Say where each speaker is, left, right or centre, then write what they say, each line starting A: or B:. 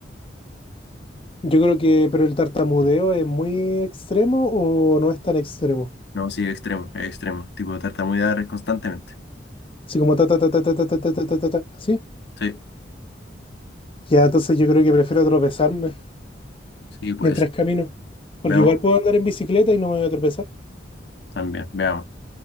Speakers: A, on the left; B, on the left.
A: Yo creo que, pero el tartamudeo es muy extremo o no es tan extremo.
B: No, sí, es extremo, es extremo. Tipo, tartamudear constantemente.
A: Así como ta ta ta ta ta ta ta ta ta ta ta, ta, así.
B: Sí,
A: Ya, entonces yo creo que prefiero tropezarme
B: sí, pues.
A: mientras camino. Porque
B: Veamos,
A: igual puedo andar en bicicleta y no me voy a tropezar.
B: también, veamos.